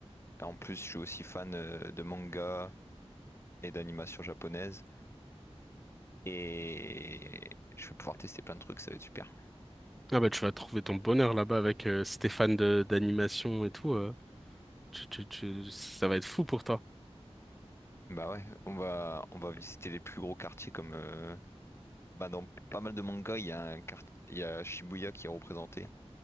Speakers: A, on the left; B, in the centre.
A: Et En plus, je suis aussi fan euh, de manga et d'animation japonaise. Et je vais pouvoir tester plein de trucs. Ça va être super.
B: Ah bah tu vas trouver ton bonheur là-bas avec euh, Stéphane de d'animation et tout. euh. Tu, tu, tu, ça va être fou pour toi.
A: Bah ouais, on va on va visiter les plus gros quartiers comme. euh, bah dans pas mal de mangas, il y a un quart- il y a Shibuya qui est représenté.